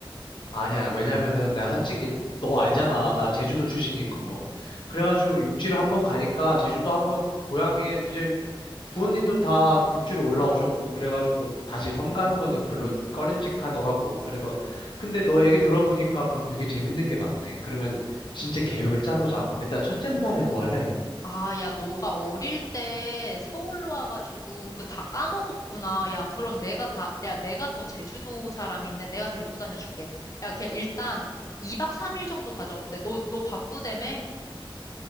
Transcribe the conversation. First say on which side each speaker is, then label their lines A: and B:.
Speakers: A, on the left; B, on the left.
A: 아니야, 왜냐면은 내가 솔직히 너 알잖아. 나 제주도 출신인 거. 그래가지고 육지로 한번 가니까 제주도 한번 고향에 이제 부모님도 다 육지로 올라오셨고, 그래가지고 다시 섬 가는 거는 별로 꺼림칙하더라고. 그래서, 근데 너 얘기 들어보니까 그럼 되게 재밌는 게 많네. 그러면 진짜 계획을 짜보자. 일단 첫째 날에 뭐 할래?
B: 아, 야, 너가 어릴 때 서울로 와가지고 그 다 까먹었구나. 야, 그럼 내가 다, 야, 내가 더 제주도 사람인데 내가 데리고 다녀줄게. 야, 그냥 일단 2박 3일 정도 가자. 어때? 너, 너 바쁘다며?